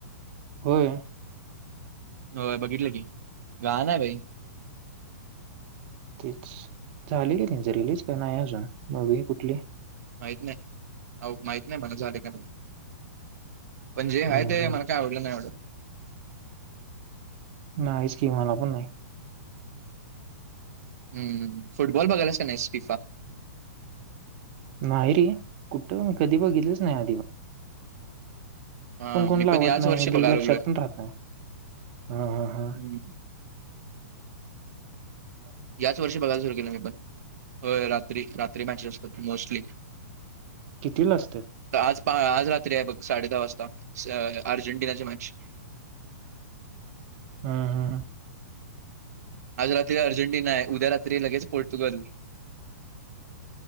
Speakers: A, on the right (about 40°); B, on the right (about 70°).
A: होय.
B: हो बघितलं की गाण आहे भाई.
A: तेच झाली का त्यांची रिलीज का नाही अजून मूवी कुठली?
B: माहित नाही माहित नाही मला झाले का नाही. पण जे आहे
A: हम्म,
B: ते
A: हम्म.
B: मला काय आवडलं नाही येवढ.
A: नाहीच की मला पण नाही.
B: हम्म फुटबॉल बघायलाच नाही फीफा?
A: नाही रे, कुठं, मी कधी बघितलच नाही आधी
B: हां,
A: पण कोण
B: मी
A: लावत
B: याच
A: नाही
B: वर्षी बघायला
A: ते लक्षात
B: लागलोय.
A: पण राहत नाही हा हा हा
B: हं.
A: <inaudible>
B: याच वर्षी बघायला सुरू केलं मी पण होय रात्री रात्री मॅचेस असतात मोस्टली
A: कितीला असतात
B: आज पाहा आज रात्री आहे बघ साडे दहा वासता अ अर्जंटिनाची मॅच
A: हम्म हम्
B: आज रात्री अर्जेंटिना आहे उद्या रात्री लगेच पोर्तुगल